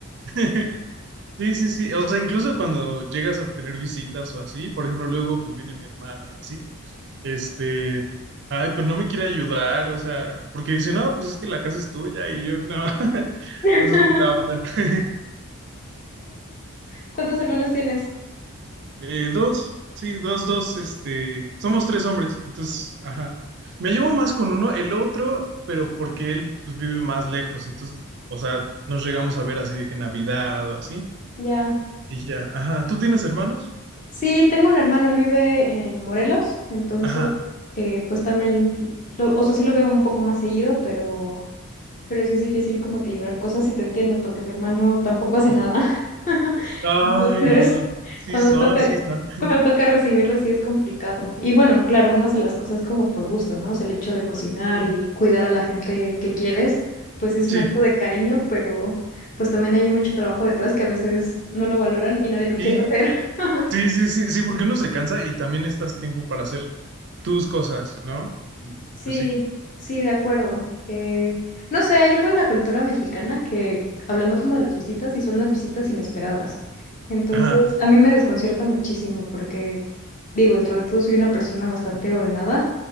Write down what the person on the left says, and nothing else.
<laughs>
¿Cuántos hermanos tienes?
Ya.
Sí, tengo un hermano, él vive en Morelos, entonces,
eh, pues también, lo- o sea, sí lo veo un poco más seguido, pero pero sí es difícil como equilibrar cosas y te entiendo, porque mi hermano tampoco hace
nada. <laughs>
Entonces,
cuando
toca,
cuando toca recibirlo, sí es complicado. Y bueno, claro, uno hace las cosas como por gusto, ¿no? O sea, el hecho de cocinar
y cuidar a la gente que quieres, pues es
un acto de cariño, pero pues también hay mucho trabajo detrás que a veces no lo valoran y nadie lo quiere
hacer. <laughs>
Sí,
sí, de acuerdo. Eh, no sé, hay algo en la cultura mexicana que, hablando como de las visitas, y son las visitas inesperadas. Entonces,
a mí me desconcierta muchísimo porque, digo, dentro de todo soy una persona bastante ordenada,